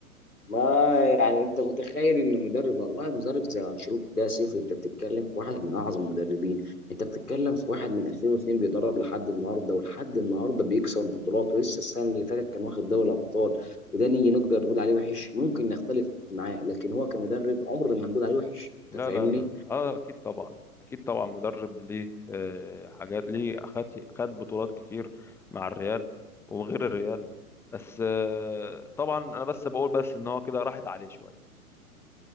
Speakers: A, on the left; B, in the centre.
A: ما يعني انت متخيل ان مدرب والله مدرب زي انشيلوتي ده سيف انت بتتكلم في واحد من اعظم المدربين انت بتتكلم في واحد من 2002 بيدرب لحد النهارده ولحد النهارده بيكسب بطولات ولسه السنه اللي فاتت كان واخد دوري ابطال وده نيجي نقدر نقول عليه وحش ممكن نختلف معاه لكن هو كمدرب عمر ما هنقول عليه وحش
B: لا
A: انت فاهمني
B: لا لا لا اه اكيد طبعا اكيد طبعا مدرب ليه آه، حاجات ليه خد خد بطولات كتير مع الريال وغير الريال بس آه، طبعا انا بس بقول بس ان هو كده راحت عليه شوية